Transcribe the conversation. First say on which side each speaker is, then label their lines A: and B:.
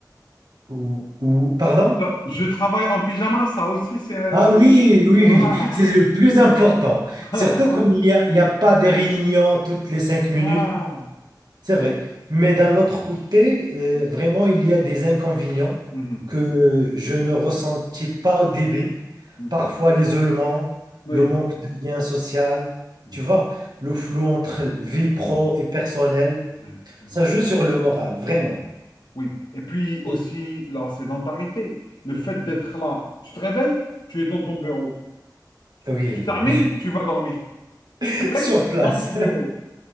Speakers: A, on the right; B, on the left.
A: Ou, ou- pardon?
B: Ça, Je travaille en pyjama, ça aussi, c'est... euh,
A: Ah
B: c'est-
A: oui, oui,
B: Voilà.
A: oui, c'est le plus important. Surtout
B: <laughs>
A: qu'il n'y a, il y a pas des réunions toutes les cinq minutes,
B: Voilà.
A: c'est vrai. Mais d'un autre côté, euh,
B: Mhm.
A: vraiment, il y a des inconvénients
B: Mhm.
A: que je ne ressentis pas au début.
B: Mhm.
A: Parfois l'isolement,
B: Oui.
A: le manque de lien social,
B: Mhm.
A: tu vois, le flou entre vie pro et personnelle,
B: Oui, bien
A: ça
B: sûr.
A: joue sur le moral, vraiment.
B: Mhm. Oui. Et puis aussi
A: Et-
B: la sédentarité, le fait d'être là. Tu te réveilles, tu es dans ton bureau.
A: oui,
B: Tu termines, tu vas dormir.
A: <laughs>
B: Tu te réveilles,
A: sur place.
B: tu es dans ton bureau.